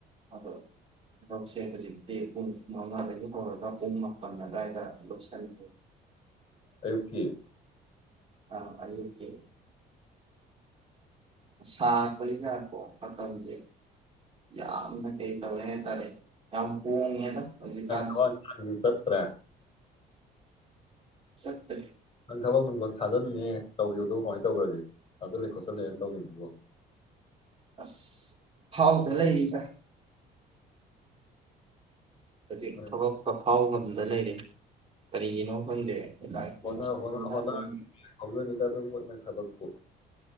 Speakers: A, on the right; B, on the left.
A: ꯊꯕ ꯊꯕꯛꯁꯦ ꯍꯧꯖꯤꯛꯇꯤ ꯄꯨꯡ ꯃꯉꯥꯗꯒꯤ ꯍꯧꯔꯒ ꯄꯨꯡ ꯃꯥꯄꯜ ꯑꯗꯨꯗꯥꯏꯗ ꯂꯣꯏꯁꯟꯉꯦ
B: ꯑꯌꯨꯛꯀꯤ
A: ꯑ ꯑꯦ ꯁꯥꯅꯀꯣ ꯑꯠꯇꯖꯦ ꯌꯥꯝꯅ ꯀꯩ ꯇꯧꯦ ꯍꯥꯏꯇꯥꯔꯦ ꯌꯥꯝ ꯍꯣꯡꯉꯦꯗ ꯍꯧꯖꯤꯛꯀꯥꯟꯁꯦ
B: ꯀ ꯇ꯭ꯔꯦ
A: ꯁꯠꯇꯦ
B: ꯅꯪ ꯊꯕꯛ ꯅꯨꯡꯈꯛ ꯊꯥꯖꯤꯟꯅꯦꯦ ꯇꯧꯈꯤꯕꯦꯗ ꯀꯃꯥꯏꯅ ꯇꯧꯈ꯭ꯔꯒꯦ ꯊꯥꯖꯜꯂꯦ ꯈꯣꯆꯤꯜꯂꯦꯅ ꯇꯧꯒꯦꯗꯨꯕꯨꯣ
A: ꯑ ꯍꯥꯎꯗꯂꯖ ꯍꯧꯖꯤꯛ
B: ꯍꯣꯏꯅꯦ
A: ꯊꯕꯛꯀ ꯐꯥꯎꯕ ꯂꯩꯔ ꯀꯔꯤꯒꯤꯅꯣ ꯈꯪꯗꯦ ꯂꯥꯏꯔꯤꯛꯁꯦ
B: ꯍꯣꯅꯥ ꯍꯣꯅ
A: ꯐꯖꯅ
B: ꯍꯣꯅ
A: ꯑꯗꯨꯝ
B: ꯆꯥꯗꯕꯃꯦ ꯊꯥꯕꯛꯄꯣ